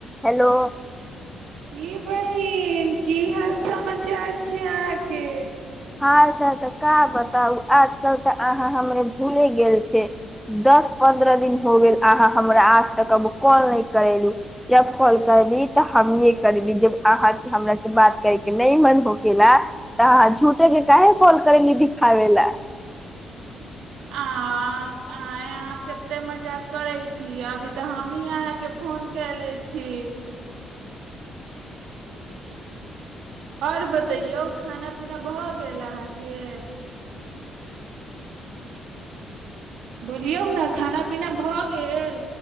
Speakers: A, in the centre; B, on the right.
A: हेलो
B: की बहिन की हाल समाचार छै अहाँके
A: हाल चाल तऽ का बताउ आजकल तऽ अहाँ हमरे भूले गेल छी दस पन्द्रह दिन हो गेल अहाँ हमरा आज तक अब कॉल न करेलु जब कॉल करली तब हमे करली जब अहाँके हमरा से बात करे के नहि मन होखेला तऽ अहाँ झूठेके काहे कॉल कैली दिखाबे ला
B: आ आंय अहाँ केते मजाक करै छी अभी तऽ हमही अहाँके फोन कैले छी आओर बतैयौ खाना पीना भऽ गेल अहाँके बोलियौ न खाना पीना भऽ गेल